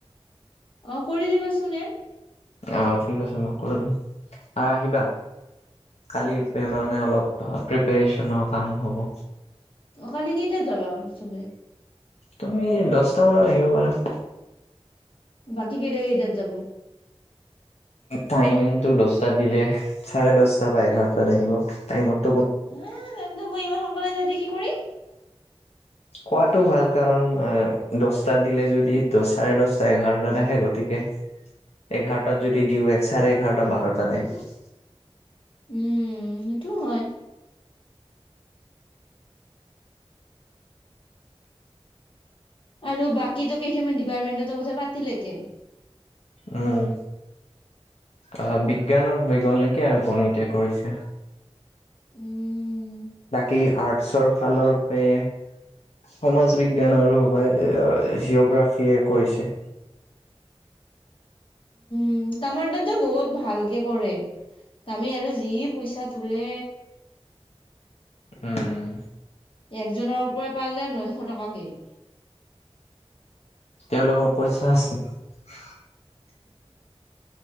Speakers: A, on the left; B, on the left.
A: অ' কৰি দিবাচোন এড।
B: অ' ঠিক আছে মই দিম আৰু আহিবা কালি মে অলপ প্ৰেপেচনৰ কাম হ'ব।
A: অ' কালি কেইটা যাবা চবে?
B: তুমি মানত আহিবা পাৰা <inaudible>
A: বাকী কেইটা কেইটাত যাব?
B: টাইমতটো দহটাত দিলে চাৰে দশটা বা এঘাৰটাত আহিব টাইমত।
A: এ' তেন্ত মই ইমান সোনকালে যায় কি কৰিম?
B: কোৱাতটো ভাল কাৰণ দহটাত দিলে যদি দহ চাৰে দহটা এঘাৰটা থখে গতিকে এঘাৰটাত যদি দিওঁ এক চাৰে এঘাৰটা বাৰটা আহিব <inaudible>
A: উম সেইটো হয়। আৰু বাকী কেইটামান ডিপাৰ্টমেন্টৰ কথা পাতিলে কে
B: উম, অহ বিজ্ঞানৰ হৈ গ'ল নেকি আৰু গণতে কৰিছে।
A: উম
B: বাকী আৰ্টছৰ ফালৰ পৰা সমাজ বিজ্ঞান আৰু জিঅ'গ্ৰাফিয়ীয়ে কৈৰিছে
A: উ তামাৰ তাতো বহুত ভালকে কৰে তামি আৰু যি পইচা তোলে
B: উম
A: একজনৰ পৰা পালে নশ টকাকে <inaudible>
B: তেওঁলোকৰ পইচা আছে <inaudible>